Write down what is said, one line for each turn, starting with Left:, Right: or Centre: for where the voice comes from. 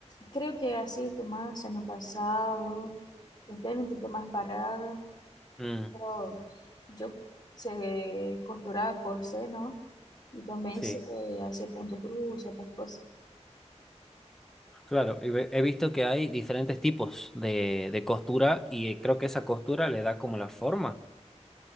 Left: creo que así estoy más año pasado, este año yo estoy más parada,
Centre: Mm,
Left: pero yo sé costurar corsé, ¿no? Y también
Centre: sí,
Left: sé hacer punto cruz, estas cosas.
Centre: claro. y ve- He visto que hay diferentes tipos de, de costura y eh, creo que esa costura le da como la forma.